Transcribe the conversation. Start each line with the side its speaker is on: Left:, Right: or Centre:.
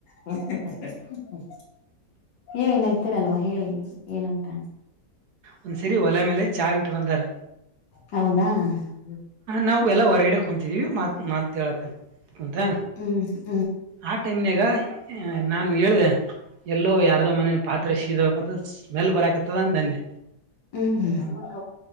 Left: ಹ್ಮ್ ಹೇಳು ಏನಾಯಿತು ತ್ತರಲ್ವಾ ಹೇಳಿ ಏನಂತ
Right: ಒಂದ್ ಸರಿ ಒಲೆ ಮೇಲೆ ಚಾ ಇಟ್ಟ ಬಂದಾರ
Left: ಹೌದಾ <unintelligible>
Right: ನಾವು ಎಲ್ಲಾ ಹೊರಗಡೆ ಕುಂತಿದೀವಿ ಮಾತ್ ಮಾತ್ ಹೇಳಕಂತ ಕುಂತ
Left: ಹ್ಮ
Right: ಆ ಟೈಮ್ನಾಗ ನಾನ್ ಹೇಳ್ದೆ ಎಲ್ಲೋ ಯಾರದೋ ಮನೆ ಪಾತ್ರೆ ಸೀದಕ ಸ್ಮೆಲ್ ಬರಕ್ ಕೆತ್ತದ ಅಂದ್ಯ.
Left: ಹ್ಮ ನಮ್ಮಕ್ಕ